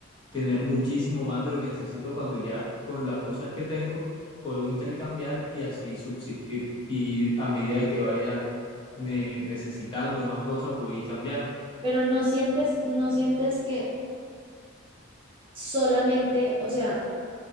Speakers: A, on the left; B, on the right.
A: tener muchísimo más de lo que necesito cuando ya con las cosas que tengo puedo intercambiar y así subsistir y a medida de que vaya ne- necesitando más cosas voy cambiando.
B: Pero no sientes, no sientes que solamente, o sea,